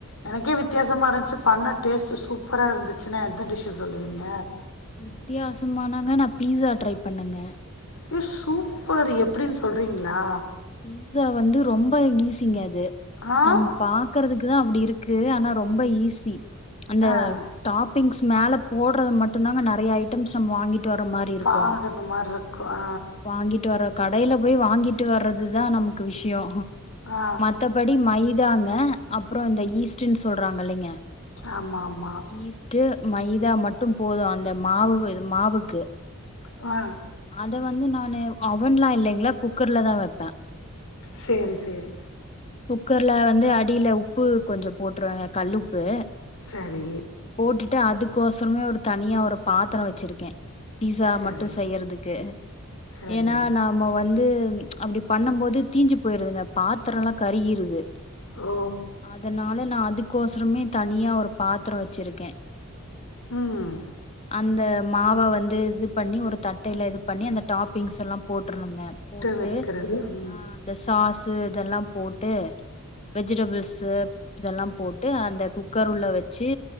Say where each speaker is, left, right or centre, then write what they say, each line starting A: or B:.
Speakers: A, on the left; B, on the left.
A: எனக்கே வித்தியாசமா இருந்திச்சி பண்ண டேஸ்ட்டு சூப்பரா இருந்துச்சுனா எந்த டிஷ்ஷ சொல்லுவீங்க
B: வித்தியாசமானாங்க நா பீஸா ட்ரை பண்ணங்க
A: ஏ சூப்பர் எப்டினு சொல்றீங்ளா
B: பீஸா வந்து ரொம்ப ஈசிங்க அது
A: ஆ
B: நம் பாக்குறதுக்குதா அப்டி இருக்கு ஆனா ரொம்ப ஈஸி அந்த
A: ஆ
B: டாப்பிங்ஸ் மேல போடுறது மட்டுந்தாங்க நெறைய ஐட்டம்ஸ் நம்ம வாங்கிட் டு வர மாரி இருக்கு
A: வாங்குற மாரி இருக்கு ஆ
B: வாங்கிட்டு வர்ற கடையில போய் வாங்கிட்டு வர்றதுதா நமக்கு விஷியோ
A: ஆ
B: மத்தபடி மைதாங்க அப்றோ இந்த ஈஸ்ட்டுன் சொல்றாங்கலீங்க
A: ஆமாம் ஆமாம்
B: ஈஸ் ட்டு மைதா மட்டு போது அந்த மாவு இது மாவுக்கு
A: ஆ
B: அத வந்து நானு அவன்லா இல்லைங்களா குக்கர்ல தா வைப்ப
A: சேரி சேரி
B: குக்கர்ல வந்து அடியில உப்பு கொஞ்சோ போட்டுருவ கல்லுப்பு
A: சரி
B: போட்டுட்டு அதுக்கோசரமே ஒரு தனியா ஒரு பாத்தரோ வச்சிருக்கே பீஸா
A: சரி
B: மட்டு செய்யறதுக்கு
A: சரி
B: ஏனா நாம வந்து அப்டி பண்ணம்போது தீஞ்சி போயிருதுங்க பாத்தரல்லா கருகிருது
A: ஓ
B: அதனால நா அதுக்கோசரமே தனியா ஒரு பாத்ரோ வச்சிருக்கே
A: ம்
B: அந்த மாவ வந்து இது பண்ணி ஒரு தட்டையில இது பண்ணி அந்த டாப்பிங்சலா போட்றணுங்க போட்டு
A: வைக்கிறது ம்
B: அ இந்த சாசு இதெல்லா போட்டு வெஜிடேபிள்ஸு இதெல்லா போட்டு அந்த குக்கர் உள்ள வெச்சு